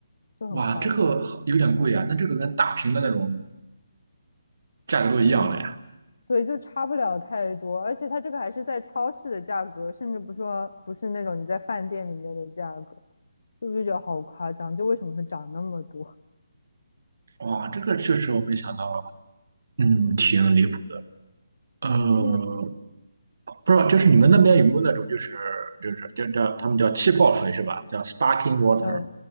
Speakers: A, on the left; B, on the right.
A: 就很夸张，
B: 哇，这个好有点贵啊，那这个跟大瓶的那种价格都一样了呀。
A: 已经对，就差不了太多，而且它这个还是在超市的价格，甚至不说不是那种你在饭店里面的价格，就不就觉得好夸张？就为什么会涨那么多？
B: 哇，这个确实我没想到，嗯，挺离谱的。呃，
A: 因为
B: 不知道，就是你们那边有没有那种，就是就是叫叫他们叫气泡水是吧？叫 sparkling
A: <laughs>
B: water。
A: 呃，